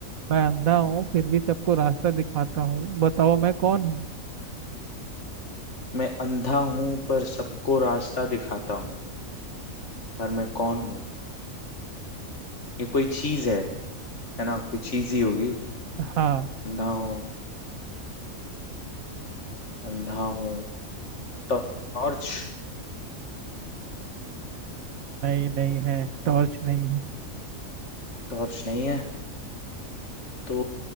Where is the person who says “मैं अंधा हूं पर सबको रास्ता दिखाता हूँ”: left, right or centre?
Left